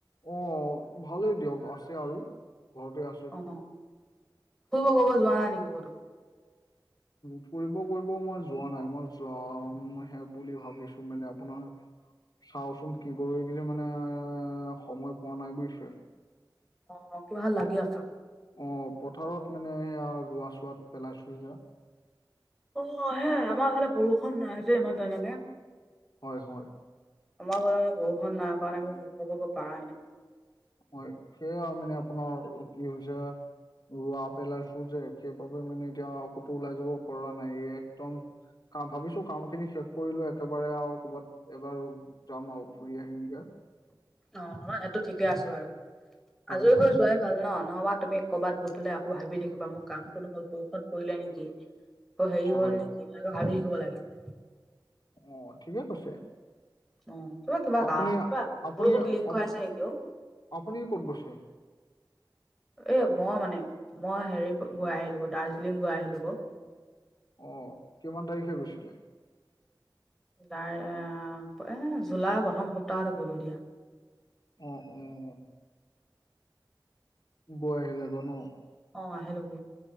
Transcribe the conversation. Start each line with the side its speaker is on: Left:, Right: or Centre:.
Left: অঁ ভালেই দিয়ক আছে আৰু ঘৰতে আ
Centre: অঁ, ফুৰিব ক'ব যোৱা নাই নেকি কতো?
Left: ফুৰিব কৰিব মই যোৱা নাই মই যামহে বুলি ভাবিছো মানে আপোনাৰ চাওচোন কি কৰো, এই কিদিন মানে এ সময় পোৱা নাই বুজিছে।
Centre: অঁ, কিবা ভাল লাগি আছা?
Left: অঁ, পথাৰত মানে সেয়া ৰোৱা চোৱাত পেলাইছো সেয়া।
Centre: অঁ সা আমাৰ ফালে বৰষুণ নাই যে ইমান তেনেকে।
Left: হয় হয়।
Centre: আমাৰ ফালে বৰষুণ নাই কাৰণে আমি একো কৰিব পৰাই নাই।
Left: হয়, সেয়া মানে আপোনাৰ কি হৈছে ৰোৱা পেলাইছো যে সেইবাবে মানে এতিয়া ক'তো ওলাই যাব পৰা নাই। একদম ভাবিছো কাম খিনি শেষ কৰি লৈ একেবাৰে আৰু কৰ'ৰবাত এবাৰ যাম আৰু ফুৰি আহিমগে।
Centre: অঁহ সেইটো ঠিকে আছে বাৰু,
Left: হয়
Centre: আজৰি
Left: হয়
Centre: হৈ যোৱাই ভাল নহ নহবা তুমি ক'বাত গৈ পেললে আকৌ ভাবি থাকিবা মোৰ কামটো নহল বৰষুণ পৰিলে নেকি? অঁ হেৰি হল
Left: হয়
Centre: নেকি এ ভাবি শিকিব লাগে মানে।
Left: অঁ ঠিকে কৈছে?
Centre: অ কিবা কিবা
Left: আপুনি
Centre: ক কিবা
Left: আপুনি
Centre: ব্লুত লিংক
Left: আপ-
Centre: হৈ আছে নেকি অঁ?
Left: আপুনি ক'ত গৈছে?
Centre: এ মই মানে মই হেৰি গৈ আহিলো, দাৰ্জিলিং গৈ আহিলো ক।
Left: অঁ কিমান তাৰিখে গৈছিলে?
Centre: তাই এ জুলাই প্ৰথম সপ্তাহতে গ'লো দিয়া।
Left: অঁ, উম উম। গৈ আহিলে আকৌ ন।
Centre: অঁ আহিলো।